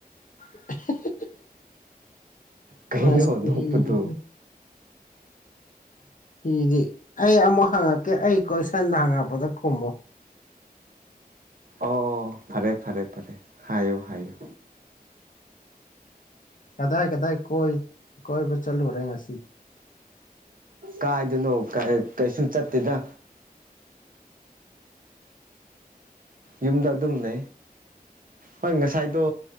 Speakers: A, on the left; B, on the right.
A: <inaudible>
B: ꯀꯩꯅꯩꯅ
A: ꯉꯁꯤꯗꯤ
B: ꯅ ꯎꯄꯗꯨ
A: ꯁꯤꯗꯤ ꯑꯩ ꯑꯃꯨꯛ ꯍꯪꯉꯛꯀꯦ ꯑꯩ ꯀꯣꯏꯁꯟꯗ ꯍꯪꯉꯛꯄꯗ ꯈꯨꯝꯃꯣ
B: ꯑꯣ ꯐꯔꯦ ꯐꯔꯦ ꯐꯔꯦ ꯍꯥꯏꯌꯨ ꯍꯥꯏꯌꯨ
A: ꯀꯗꯥꯏ ꯀꯗꯥꯏ ꯀꯣꯏ ꯀꯣꯏꯕ ꯆꯜꯂꯨꯔꯦ ꯉ
B: ꯀꯥꯏꯗꯅꯣ ꯀꯩꯁꯨ ꯆꯠꯇꯦꯗ ꯌꯨꯝꯗ ꯑꯗꯨꯝꯅ ꯍꯣꯏ ꯉꯁꯥꯏꯗꯣ